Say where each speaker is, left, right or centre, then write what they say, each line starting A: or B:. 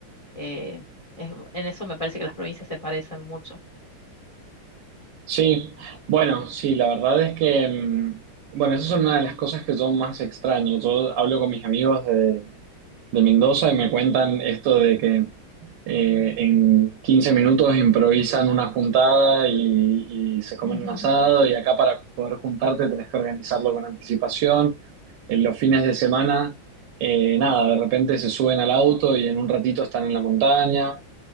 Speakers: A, on the left (about 35°); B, on the right (about 70°).
A: eh, es- en eso me parece que las provincias se parecen mucho.
B: Sí, bueno, sí, la verdad es que, mm, bueno, esa es una de las cosas que yo más extraño. Yo hablo con mis amigos de Mendoza y me cuentan esto de que eh, en 15 minutos improvisan una juntada y, y se comen
A: <laughs>
B: un asado y acá para poder juntarte tenés que organizarlo con anticipación. En los fines de semana, eh, nada, de repente se suben al auto y en un ratito están en la montaña.